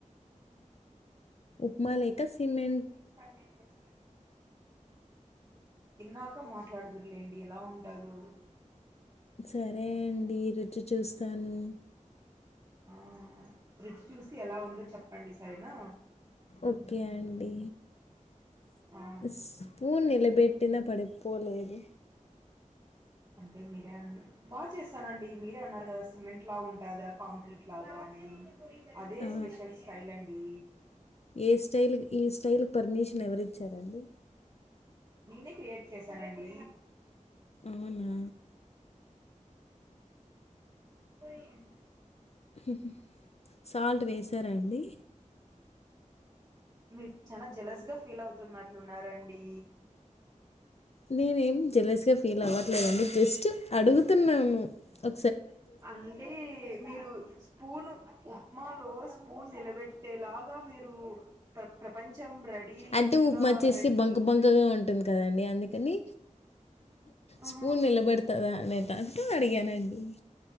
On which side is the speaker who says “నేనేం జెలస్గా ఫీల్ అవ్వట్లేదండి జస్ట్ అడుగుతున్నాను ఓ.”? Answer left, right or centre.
Left